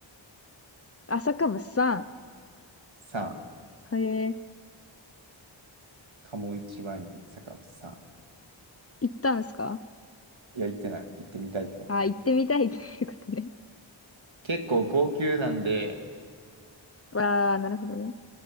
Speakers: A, on the left; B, on the right.
A: 朝かさん。
B: さん。
A: へえ、
B: 鴨一ワイン酒場さん。
A: 行ったんですか
B: いや、行ってない。行ってみたいってだけ。
A: あ、行ってみたいっていうことね。
B: 結構高級なんで、
A: ああ、なるほどね。